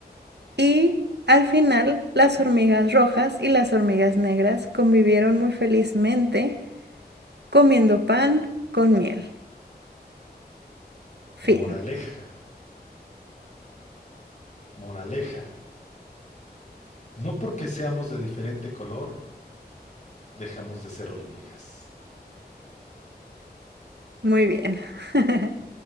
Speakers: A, on the right; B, on the left.
A: Y al final, las hormigas rojas y las hormigas negras convivieron muy felizmente comiendo pan con miel. Fin.
B: Moraleja. Moraleja, no porque seamos de diferente color, dejamos de ser hormigas.
A: Muy bien. <laughs>